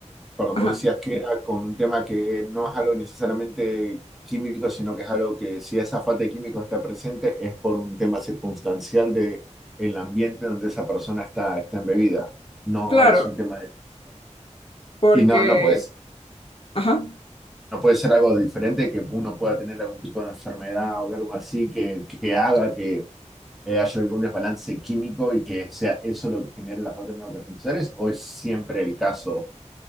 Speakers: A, in the centre; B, on the left.
A: perdón,
B: Ajá,
A: vos decías que era con un tema que no es algo necesariamente químico, sino que es algo que si esa falta de químicos está presente es por un tema circunstancial de el ambiente donde esa persona está, está embebida. No
B: claro,
A: es un tema de...
B: porque...
A: Y no, no puedes
B: Ajá.
A: no puede ser algo diferente que uno pueda tener algún tipo de enfermedad o de algo así que, que haga que eh, haya algún desbalance químico y que sea eso lo que genere las otras neurotransmisores, o es siempre el caso